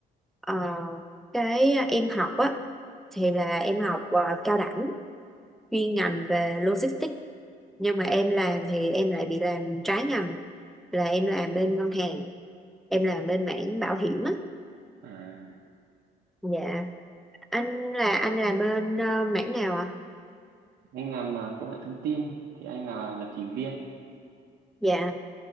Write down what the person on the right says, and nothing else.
À,
anh làm ờ, công nghệ thông tin thì anh là lập trình viên